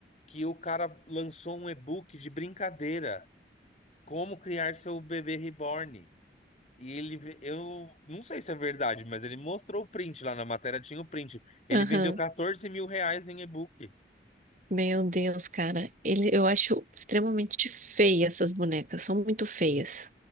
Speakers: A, on the left; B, on the right.
A: que o cara lançou um e-book de brincadeira, como criar seu bebê reborn. E ele, ve- eu não sei se é verdade, mas ele mostrou o print lá na matéria, tinha o print. Ele
B: <laughs> Aham.
A: vendeu 14 mil reais em e-book.
B: Meu Deus, cara. Ele, eu acho extremamente feia essas bonecas. São muito feias.